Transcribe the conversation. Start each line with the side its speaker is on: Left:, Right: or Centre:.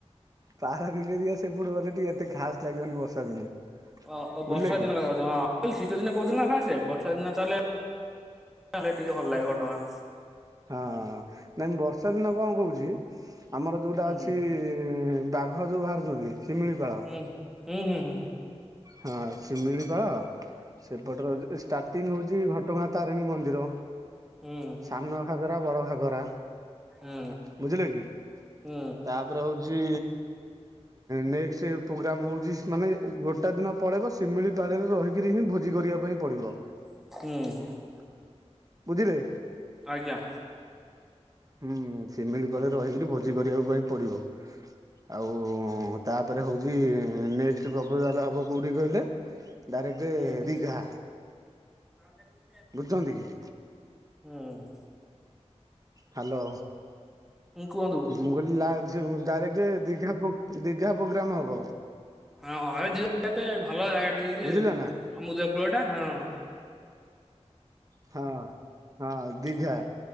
Right: ପାରାଦୀପ <unintelligible> ସେପଟକୁ ଗଲେ ଟିକେ ଏତେ ଖାସ୍ ଲାଗିବନି ବର୍ଷା ଦିନେ।
Centre: ଅ-ଅଉ ବର୍ଷା
Right: ବୁଝିଲେ କି
Centre: ଦିନ କଥା ହଁ ଶୀତ ଦିନେ କହୁଥିଲେ ନା କଣ୍ ସେ ବର୍ଷା ଦିନେ ତାହେଲେ -ତାହାଲେ ଟିକେ ଭଲ ଲାଗେ ଘଟଗାଁ।
Right: ହଁ ନାଇଁ ବର୍ଷା ଦିନ କଣ କହୁଛି ଆମର ଯୋଉଟା
Centre: ହୁଁ
Right: ଅଛି ବା ଘ ଯୋଉ ବାହାରୁଚନ୍ତି ସିମିଳିପାଳ
Centre: ହୁଁ -ହୁଁ- ହୁଁ- ହୁଁ।
Right: ହଁ ଶିମିଳିପାଳ ସେପଟର ଷ୍ଟାର୍ଟିଂ ହଉଚି ଘଟଗାଁ ତାରିଣୀ ମନ୍ଦିର
Centre: ହୁଁ
Right: ସାନ ଘାଗରା ବଡ ଘାଗରା
Centre: ହୁଁ
Right: ବୁଝିଲେ କି ତା
Centre: ହୁଁ
Right: ତାପରେ ହଉଚି ନେକ୍ସଟ୍ ପ୍ରୋଗ୍ରାମ ହଉଚି ମାନେ ଗୋଟା ଦିନ ପଳେଇବ ଶିମିଳିପାଳରେ ରହିକରି ହିଁ ଭୋଜି କରିବା ପାଇଁ ପଡିବ।
Centre: ହୁଁ।
Right: ବୁଝିଲେ।
Centre: ଆଜ୍ଞା।
Right: ହୁଁ ସିମିଳିପାଳ ରହିକିରି ଭୋଜି କରିବାକୁ ପାଇଁ ପଡିବ। ଆଉ ତାପରେ ହେଉଛି ନେକ୍ସଟ ପ୍ରପଜଲ ହେବ କେଉଁଠି କହିଲେ। ଡାଇରେକ୍ଟ
Centre: ହୁଁ
Right: ଦୀଘା।
Centre: <inaudible>
Right: ବୁଝଛନ୍ତି।
Centre: ହୁଁ।
Right: ହ୍ୟାଲୋ
Centre: ହୁଁ କୁହନ୍ତୁ
Right: ମୁଁ କହିଲି ଡାଇରେକ୍ଟ ଦୀଘା ଦୀଘା ପ୍ରୋଗ୍ରାମ ହବ
Centre: ହଁ ଯିବା କେବେ ଭଲ ଜାଗା ଟିକେ ଯଦି
Right: ବୁଝିଲେ ନା।
Centre: ସମୁଦ୍ର କୂଳ ଟା ହଁ।
Right: ହଁ ହଁ। ଦୀଘା
Centre: ହୁଁ